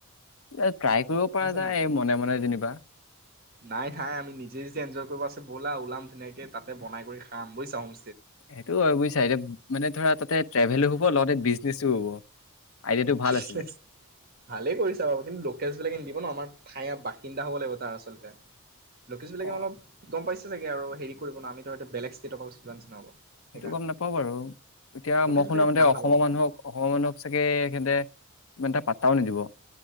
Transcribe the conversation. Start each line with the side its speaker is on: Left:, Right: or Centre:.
Left: ট্ৰাই কৰিব পৰা
Right: বুজিছা
Left: যায়
Right: নাই?
Left: এই মনে মনে যেনিবা।
Right: নাই নাই আমি নিজে যদি এনজয় কৰিব আছে ব'লা ওলাম ধুনীয়াকে তাতে বনাই কৰি খাম বুইচা হোম
Left: সেইটোও আৰু বুজিছা এতিয়া মানে ধৰা তাতে ট্ৰেভেলো হ'ব লগতে বি নেচো হ'ব।
Right: ভালে
Left: আইডিয়াটো ভাল আছিলে
Right: কৰিছা বাৰু কিন্তু লোকেলচ বিলাকে নিদিব ন আমাৰ ঠাইৰে বাসিন্দা হ'ব লাগিব তাৰ আচলতে লুকেলছ বিলাকে
Left: অ
Right: অলপ গম পাইছে চাগে আৰু হেৰি কৰিব ন আমি ত এতিয়া বেলেগ ষ্টেটৰক নিচিনা হব। সেইকাৰণে
Left: সেইটো গম নাপাওঁ বাৰু এতিয়া
Right: লোকেলছ
Left: মই
Right: বিলাকে
Left: শুনামতে
Right: ভাল
Left: অসমৰ
Right: নাপাব।
Left: মানুহক অসমৰ মানুহক চাগে সিহঁতে ইমান এটা পাতাও নিদিব।